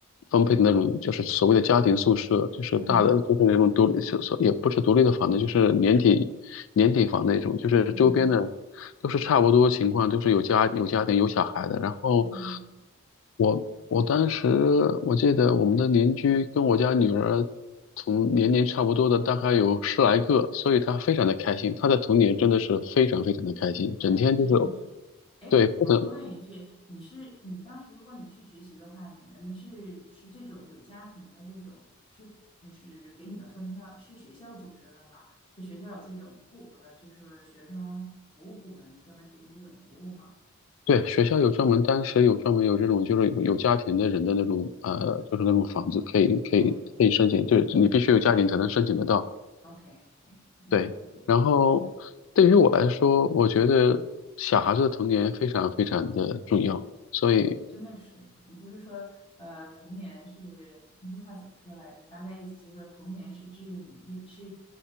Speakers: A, on the left; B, on the left.
A: 分配的那种，就是所谓的家庭宿舍，就是大的，
B: 嗯
A: 就是那种独立，所所也不是独立的房子，就是年底年底房那种，就是周边的
B: 嗯嗯。
A: 都是差不多情况，都是有家有家庭有小孩的，然后。
B: 嗯
A: 我我当时我记得我们的邻居跟我家女儿同年龄差不多的大概有十来个，所以她非常的开心。她的童年真的是非常非常的开心，
B: 快乐真的是，
A: 整天就是
B: 哎，
A: 对不能
B: 我多问一句，你是你当时如果你去学习的话，你们是是这种有家庭的这种是呃是给你们分配到是学校组织的吗？是学校有这种部呃就是学生服务部门专门提供这种服务吗
A: 对学校有专门当时有专门有这种就是有有家庭的人的那种呃就是那种房子可以可以可以申请，
B: ？OK
A: 对你必须有家庭才能申请得到。
B: OK OK，嗯嗯嗯嗯。
A: 对，然后对于我来说，我觉得小孩子的童年非常非常的重要。所以，
B: 对，真的是，不是说呃，童年是那句话怎么说来着？大概意思就是说，童年是治愈你，是